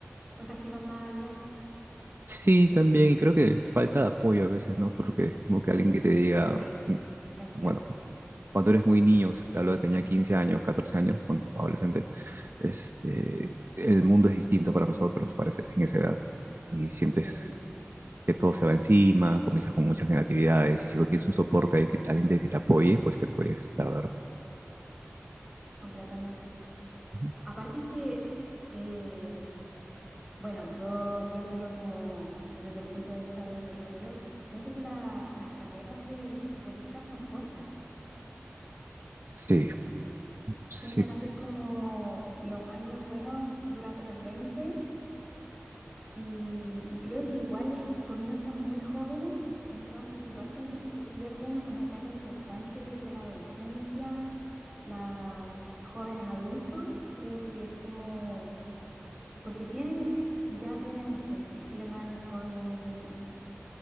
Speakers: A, in the centre; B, on the right (about 55°).
A: cosas que van más allá.
B: Sí, también, y creo que falta de apoyo a veces, ¿no? Porque es como que alguien que te diga,
A: Sí,
B: "Mm,
A: es
B: bueno.
A: cierto.
B: cuando eres muy niño, te hablo de tenía 15 años, 14 años, cuando adolescente, este, el mundo es distinto para nosotros parece, en esa edad y sientes
A: Sí,
B: que todo se va encima, comienzas con muchas negatividades y si no tienes un soporte, alguien
A: sí,
B: que alguien de que te apoye, pues te puedes perder.
A: completamente.
B: Ujú.
A: Aparte que eh, Bueno, yo viéndolo como desde el punto de vista de un tercero, pienso que la- las carreras del futbolista son cortas.
B: Sí, sí,
A: Tienden a ser como los años buenos durante los 20 y, y creo que igual comienzan muy jóvenes, entonces igual pienso que se pierden una etapa importante que es de la adolescencia, la jóvenes adultos, creo que es como, porque tienen, ya tienen, no sé, si firman con